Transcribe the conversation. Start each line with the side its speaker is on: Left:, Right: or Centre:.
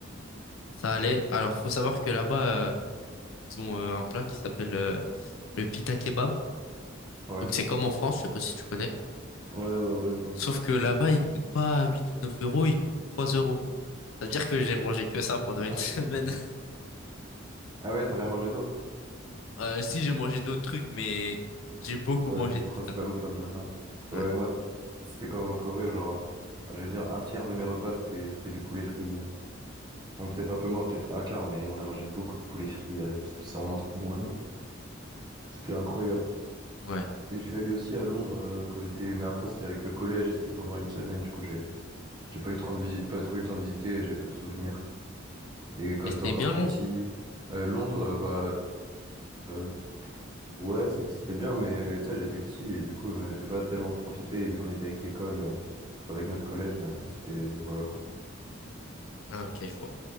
Left: ça allait. Alors, faut savoir que là-bas, euh, ils ont euh, un plat qui s'appelle euh, le pita kebab.
Right: Ouais.
Left: Donc, c'est comme en France, je sais pas si tu connais.
Right: Ouais, ouais, ouais, je vois.
Left: Sauf que là-bas, il coûte pas 8 ou 9 euros, il coûte 3 euros. C'est-à-dire que j'ai mangé que ça pendant une
Right: Ah,
Left: <laughs> semaine.
Right: c'est cool ça. Ah ouais, t'as rien mangé d'autre?
Left: Euh, si, j'ai mangé d'autres trucs, mais j'ai beaucoup
Right: Ouais,
Left: mangé
Right: mais
Left: de
Right: principalement
Left: pita.
Right: t'as mangé ça.
Left: Ouais,
Right: Ouais, moi, c'était comme en Corée, genre, euh, je veux dire, un tiers de mes repas, c'était c'était du poulet frit. euh. Bon, peut-être un peu moins, peut-être un quart, mais on a mangé beaucoup de poulet frit euh, parce que c'est vraiment trop bon là-bas. C'était incroyable.
Left: ouais.
Right: Et je suis allé aussi à Londres euh, quand j'étais, mais après, c'était avec le collège, et c'était pendant une semaine, du coup, j'ai j'ai pas eu le temps de visi- pas trop eu le temps de visiter, et j'ai peu de souvenirs. Et quand
Left: Et
Right: j'étais
Left: c'était
Right: encore
Left: bien
Right: plus
Left: Londres?
Right: petit, euh, Londres, euh, bah, euh, Ouais, c'est- c'était bien, mais tu sais, j'étais petit et du coup, euh, j'ai pas tellement profité. Et vu qu'on était avec l'école, euh, enfin, avec notre collège, euh, c'était, voilà, quoi.
Left: Ah, ok, je vois.